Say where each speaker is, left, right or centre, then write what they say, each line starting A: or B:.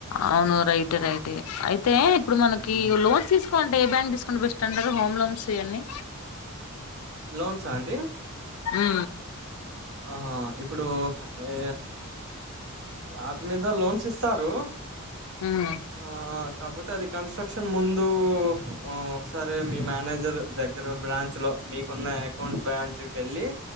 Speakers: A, on the left; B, on the right.
A: అవును రైట్ రైటె అయితే ఇప్పుడు మనకి
B: హ్మ్.
A: లోన్ తీసుకోంటే ఏ బ్యాంక్ తీసుకుంటే బెస్ట్ అంటారు హోమ్ లోన్స్ ఇయన్నీ
B: లోన్సా అండి
A: ఉ
B: ఆహా ఇప్పుడు ఏ ఆట్ మీద లోన్స్ ఇస్తారు
A: ఉమ్
B: ఆ కాపోతే అది కన్స్ట్రక్షన్ ముందు ఉ ఒకసారి మీ మేనేజర్ దగ్గర బ్రాంచ్ లో మీకున్న అకౌంట్ బ్రాంచ్ కేళ్ళి